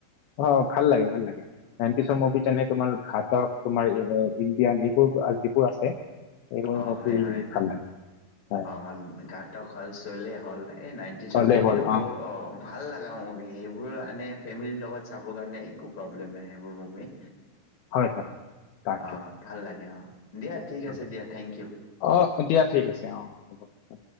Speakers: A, on the left; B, on the left.
A: অ', ভাল লাগে, ভাল লাগে নাইনটিচৰ মুভি যেনে তোমাৰ ঘাটক তোমাৰ ইণ্ডিয়ান হিট যিবোৰ আছে। এইবোৰ
B: অ',
A: মুভি
B: হয়, হয়
A: ভাল লাগে। হয়,
B: অ', ঘাতক হ'ল চলে হ'ল। এই নাইনটিজৰ
A: চলে
B: মুভি
A: হ'ল
B: বোৰ, অ', ভাল লগা মুভি সেইবোৰ মানে ফেমিলিৰ লগত চাবৰ কাৰণে একো প্ৰব্লেম নাই সেইবোৰ মুভি। <inaudible>
A: হয়, হয়, তাকে
B: অ', ভাল লাগে অ', দিয়া ঠিক
A: অ',
B: আছে দিয়া। ইউ।
A: অ', দিয়া ঠিক অ', অ', হ'ব অ',